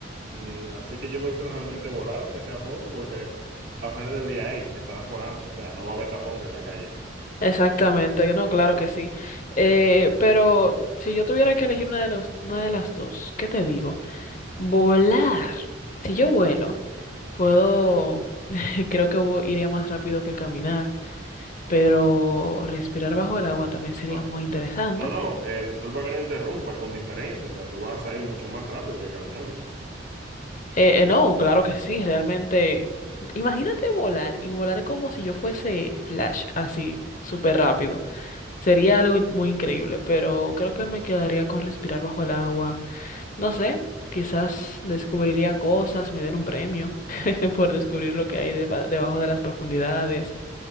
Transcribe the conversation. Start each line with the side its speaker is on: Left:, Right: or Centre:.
Right: mm, así que yo prefiero realmente volar, aunque sea poco, porque al final del día ahí estarás volando, o sea, no va a haber tapón en la calle.
Left: Exactamente, no, claro que sí. Eh, pero si yo tuviera que elegir una de los, una de las dos, ¿qué te digo? Volar. Si yo vuelo, puedo, <laughs> creo que vo- iría más rápido que caminar, pero respirar bajo el agua también sería
Right: No,
Left: muy interesante.
Right: no, no, eh, disculpa que te interrumpa, con diferencia, o sea, tú vas a ir mucho más rápido que caminando.
Left: Eh, eh, no, claro que sí, realmente. Imagínate volar y volar como si yo fuese Flash, así, súper rápido. Sería algo in- muy increíble, pero creo que me quedaría con respirar bajo el agua. No sé, quizás descubriría cosas, me den un premio <laughs> por descubrir lo que hay deba- debajo de las profundidades.